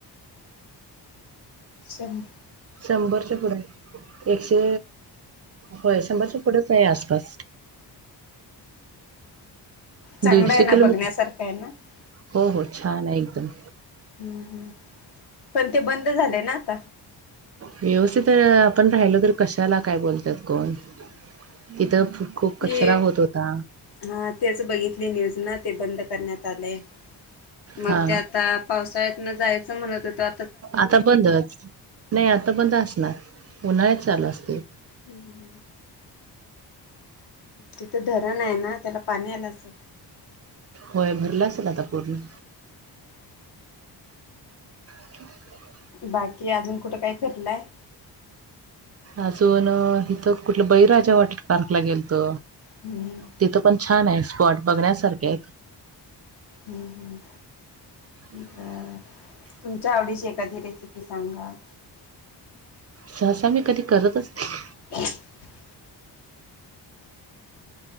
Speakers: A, on the left (about 70°); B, on the right (about 35°).
A: शं
B: शंबरच्या पुडाय एकशे होय. शंभरच्या पुढच हाय आसपास.
A: चांगलं
B: दीडशे
A: आहे ना
B: किलोमीटर?
A: <unintelligible>
B: हो हो. छान आहे एकदम.
A: हम्म हम्म. पण ते बंद झालय ना आता?
B: व्यवस्तिथ हे आपण राहिलो तर कशाला काय बोलतात कोण? तिथ खूप कचरा
A: ते
B: होत होता.
A: हा. तेच बगीतली न्यूज ना ते बंद करण्यात आलय. मग
B: हा
A: ते आता पावसाळ्यातन जायचं म्हणत होत्या-
B: आता बंदच. नाइ आता बंद असणार, उन्हाळ्यात चालू असतय.
A: हम्म. तिथ धरण आहे ना? त्याला पाणी आलं असल.
B: होय. भरल असेल आता पूर्ण. <inaudible>
A: बाकी अजून कुठं काय फिरलाय?
B: अजून, हिथ कुट बळीराजा वॉटर पार्कला गेलतो.
A: हम्म
B: तिथं पण छानय स्पॉट बघण्यासारकेय.
A: हम्म हम्म.
B: <unintelligible>
A: बर तुमच्या आवडीची एखादी रेसिपी सांगा.
B: सहसा मी कधी करतच नाही.
A: <unintelligible>